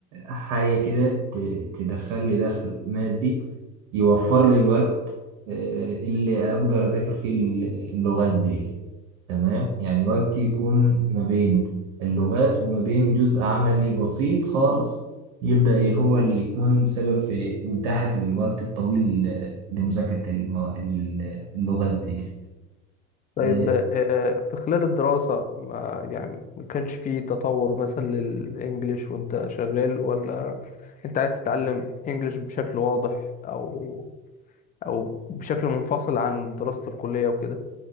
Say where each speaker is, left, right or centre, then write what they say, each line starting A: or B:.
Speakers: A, on the right; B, on the left.
A: حاجة كده ت- تدخل لي دخل مادي يوفر لي الوقت آه، اللي أقدر أذاكر فيه اللغات دي تمام يعني وقتي يكون ما بين اللغات وما بين جزء عملي بسيط خالص يبدأ إيه هو اللي يكون سبب في إتاحة الوقت الطويل آه، لمذاكرة المو- اللغات دي
B: طيب
A: آه،
B: آه، في خلال الدراسة ما يعني ما كانش فيه تطور مثلا للإنجليش وأنت شغال ولا أنت عايز تتعلم إنجليش بشكل واضح أو أو بشكل منفصل عن دراسة الكلية وكده